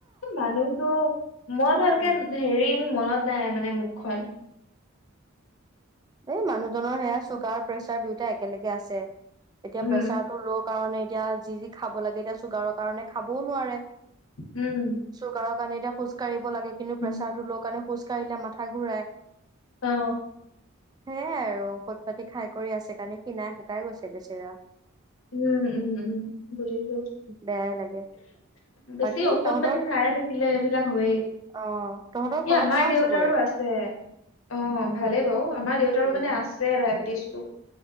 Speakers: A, on the left; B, on the right.
A: মানুহটো মই ভালকে
B: উম
A: হেৰি মোৰ মনত নাই, মানে মোক মুখ খন
B: দেই মানুহজনৰ সেয়া চুগাৰ-প্ৰেছাৰ দুয়োটা একেলগে আছে এতিয়া
A: উম
B: প্ৰেচাৰ টো ল' কাৰণে এতিয়া যি যি খাব লাগে এতিয়া চুগাৰৰ কাৰণে খাবও নোৱাৰে
A: উম
B: চৌগৰৰ কাৰণে এতিয়া খোজ কাঢ়িব লাগে কিন্তু
A: উম,
B: প্ৰেছাৰটো ল'ৰ কাৰণে খোজ কাঢ়িলে মাথা ঘূৰাই
A: অ
B: সেয়াই আৰু ঔখত পাতি খাই কৰি আছে কাৰণে শিনাই শুকাই গৈছে বেচিৰা
A: উম উম উম বুজিছো
B: বেয়াই লাগে
A: বেছি
B: বাকী
A: ঔষধ
B: তহঁতৰ
A: পাতি খাইে থাকিলে এইবিলাক হয়ে
B: অ' তহঁতৰ
A: এই
B: ঘৰত
A: আমাৰ
B: ভাল
A: দেউতাৰো
B: চবৰে?
A: আছে অ ভালেই বাৰু আমাৰ দেউতাৰো
B: উম,
A: মানে আছে ডায়েবেটিছ টো